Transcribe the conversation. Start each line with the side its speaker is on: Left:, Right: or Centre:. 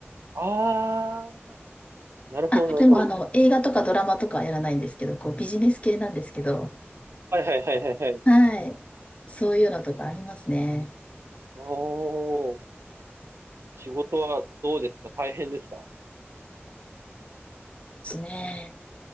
Right: あなるほど、
Left: あ、
Right: なるほど。
Left: でもあの映画とかドラマとかはやらないんですけど、こうビジネス系なんですけど、
Right: はいはいはいはいはい。
Left: はい。そういうのとかありますね。
Right: おー、仕事はどうですか大変ですか
Left: ですね。